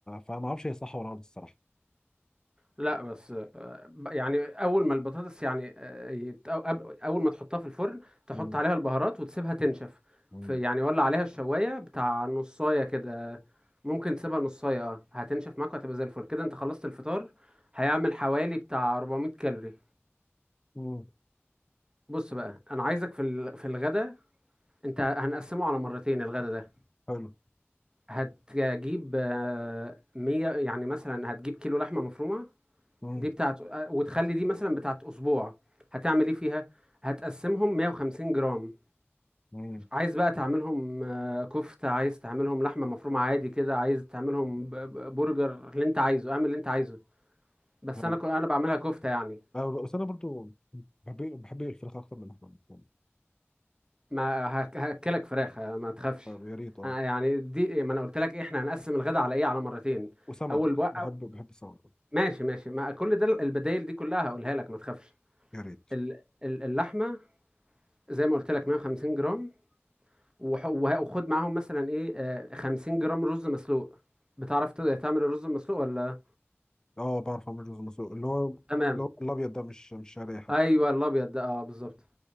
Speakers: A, on the left; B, on the right.
A: فما اعرفش هي صح ولا غلط الصراحه
B: لا بس آه، ب- يعني اول ما البطاطس يعني آه، يت- أو- أب- اول ما تحطها في الفرن تحط
A: مم.
B: عليها البهارات وتسيبها تنشف
A: مم.
B: في يعني ولا عليها الشوايه بتاع نصايه كده ممكن تسيبها نصايه اه هتنشف معاك وهتبقى زي الفل كده انت خلصت الفطار هيعمل حوالي بتاع 400 كالوري
A: مم.
B: بص بقى انا عايزك في ال- في الغدا انت هنقسمه على مرتين الغدا ده
A: حلو
B: هتجيب آه، 100 يعني مثلا هتجيب كيلو لحمه مفرومه
A: مم.
B: دي بتاعت آه، وتخلي دي مثلا بتاعت اسبوع هتعمل ايه فيها هتقسمهم 150 جرام
A: مم.
B: عايز بقى تعملهم آه، كفتة عايز تعملهم لحمة مفرومة عادي كده عايز تعملهم ب- ب- برجر اللي انت عايزه اعمل اللي انت عايزه بس
A: حلو
B: انا كو- انا بعملها كفتة يعني
A: أه بس انا برضو بحب بحب الفراخ اكتر من اللحمه المفرومه
B: ما هك- هاكلك فراخ آه، ما تخافش
A: حلو يا ريت اه
B: آه، يعني دي ما انا قلت لك إيه، احنا هنقسم الغداء على ايه على مرتين
A: وسمك
B: اول بقى
A: بحب بحب السمك
B: ماشي ماشي ما كل ده البدايل دي كلها هقولها لك ما تخافش
A: يا ريت
B: ال- ال- اللحمة زي ما قلت لك 150 جرام وح- وه- وخد معاهم مثلا ايه آه، 50 جرام رز مسلوق بتعرف ت- تعمل الرز المسلوق ولا
A: اه بعرف اعمل رز مسلوق اللي هو اللي
B: تمام
A: هو الابيض ده مش مش شعريه حتى
B: ايوه الابيض ده اه بالظبط